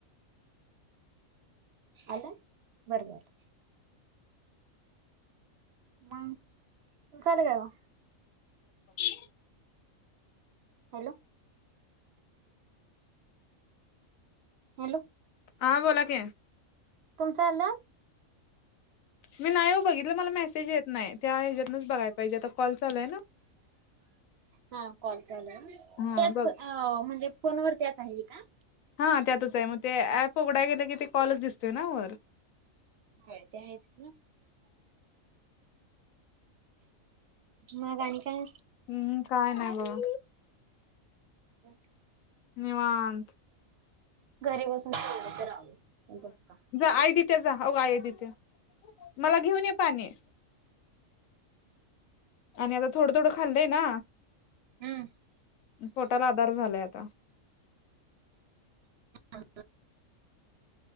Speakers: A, on the right; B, on the left.
A: आला? बरं झाल. मग झाल काय व?
B: ह <inaudible>
A: हॅलो? हॅलो?
B: हां बोला की.
A: तुमचं आल?
B: मी नाही हो बघितलं मला मेसेज येत नाय, त्या हेच्यातनच बघाय पाहिजे आता कॉल चालू हाय ना.
A: हा कॉल चालू हाय
B: हा
A: हं.
B: बघ
A: हो म्हणजे फोनवर त्याच हाय हे का?
B: हा त्यातच आहे, मग ते एप उघडाय गेल की ते कॉलच दिसतोय ना वर.
A: होय ते आहेच कि ना. मग आणि काय?
B: हम्म काय नाय बघा.
A: हो <inaudible>
B: निवांत.
A: घरी बसून तेवढं करावं का <inaudible>
B: जा आई दिते जा, हो आई दिते, मला घेऊन ये पाणी. आणि आता थोडं थोडं खाल्लंय ना,
A: हम्म
B: पोटाला आधार झालाय आता.
A: हम.